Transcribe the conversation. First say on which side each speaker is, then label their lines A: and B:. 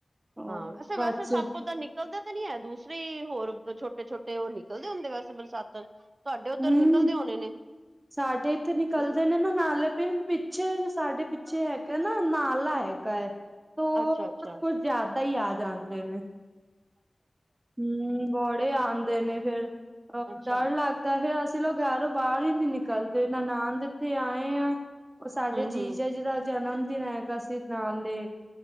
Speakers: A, on the right; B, on the right.
A: ਉਹ
B: ਹਾਂ
A: ਬਸ
B: ਵੈਸੇ ਸੱਪ ਤਾਂ ਨਿਕਲ ਨਿਕਲਦੇ ਤੇ ਨੀ ਹੈ, ਦੂਸਰੇ ਹੀ ਹੋਰ ਛੋਟੇ-ਛੋਟੇ ਓ ਨਿਕਲਦੇ ਹੁੰਦੇ ਵੈਸੇ ਬਰਸਾਤਾਂ 'ਚ। ਤੁਹਾਡੇ ਓਧਰ
A: ਹੂੰ
B: ਨਿਕਲਦੇ ਹੋਣੇ ਨੇ।
A: ਸਾਡੇ ਏਥੇ ਨਿਕਲਦੇ
B: ਹਨਾ
A: ਨੇ। ਹੁਨ ਨਾਲੇ ਪੇ ਪਿੱਛੇ, ਸਾਡੇ ਪਿੱਛੇ ਹੈਗਾ ਨਾ ਨਾਲਾ ਹੈਗਾ ਏ। ਤੋਂ
B: ਅੱਛਾ-ਅੱਛਾ,
A: ਓ ਕੁਛ ਜ਼ਿਆਦਾ ਹੀ ਆ ਜਾਂਦੇ ਨੇ ਹੂੰ, ਬੋਤ ਏ ਆਂਦੇ ਨੇ ਫੇਰ, ਅਹ
B: ਅੱਛਾ
A: ਡਰ ਲੱਗਦਾ ਫਿਰ ਅਸੀਂ ਲੋਗ ਘਰੋਂ ਬਾਰ ਈ ਨਈ ਨਿਕ ਕਲਦੇ ਨਨਾਨ ਦੇ ਏਥੇ ਆਏ ਆਂ, ਓ ਸਾਡੇ
B: ਹੂੰ-ਹੂੰ,
A: ਜੀਜਾ ਜੀ ਦਾ ਜਨਮ ਦਿਨ ਐ। ਅਸੀ ਨਾਲੇ,